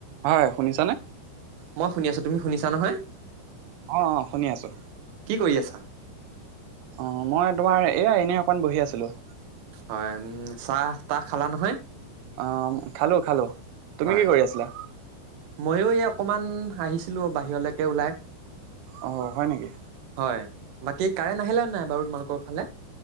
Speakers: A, on the right; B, on the right.
A: হয় শুনিছানে?
B: মই শুনি আছো তুমি শুনিছা নহয়?
A: অ -অ শুনি আছো
B: কি কৰি আছা?
A: অ 'মই তোমাৰ এয়া এনে অকমান বহি আছিলো
B: হয় উ চাহ চাহ খালা নহয়?
A: অ খালো খালো। তুমি
B: হয়
A: কি কৰি আছিলা?
B: ময়ো এই অকমান আহিছিলো বাহিৰলৈকে ওলাই।
A: অ' হয় নেকি
B: হয় বাকী কাৰেণ্ট আহিলে নাই বাৰু তোমালোকৰ ফালে।